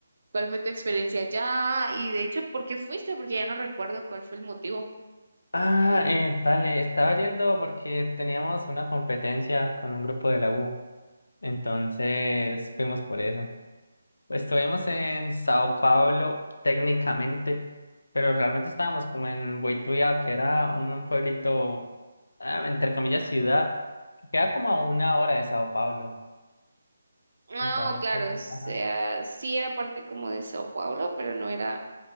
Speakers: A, on the right (about 55°); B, on the left (about 70°).
A: cuál fue tu experiencia allá y de hecho, ¿por qué fuiste? Porque ya no recuerdo cuál fue el motivo.
B: Ah, eh, dale. Estaba yendo porque teníamos una competencia con un grupo de la U. Entonces fuimos por eso. Estuvimos en Sao Paulo técnicamente, pero realmente estábamos como en Boituva, que era un, un pueblito, ah, entre comillas, ciudad, que queda como a una hora de Sao Paulo.
A: No,
B: Entonces,
A: claro, o sea,
B: ajá.
A: sí era parte como de Sao Paulo, pero no era